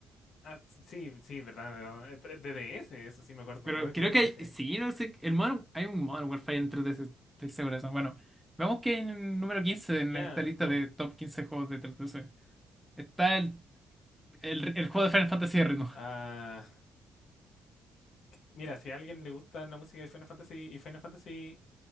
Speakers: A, on the left (about 65°); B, in the centre.
A: ah, sí, sí, verdad, verdad. Eh, pero De DS, eso sí me acuerdo,
B: Pero
A: ¿no? De
B: creo
A: 3DS.
B: que hay, sí, no sé, el Modern, hay un Modern Warfare entre de ese, estoy seguro de eso. Bueno, vamos que en el número 15 en
A: Ya,
B: esta lista
A: vemos.
B: de top 15 juegos de 3DS está el, el, el juego de Final Fantasy de ritmo.
A: Ah, que- mira, si a alguien le gusta la música de Final Fantasy y Final Fantasy